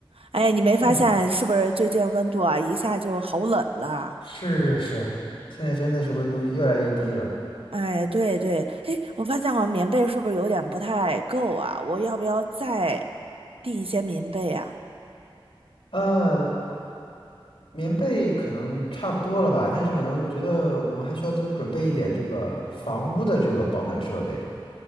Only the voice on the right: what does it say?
哎，你没发现是不是最近温度啊一下就好冷了？
哎，对对，哎，我发现好像棉被是不是有点不太够啊？我要不要再订一些棉被啊？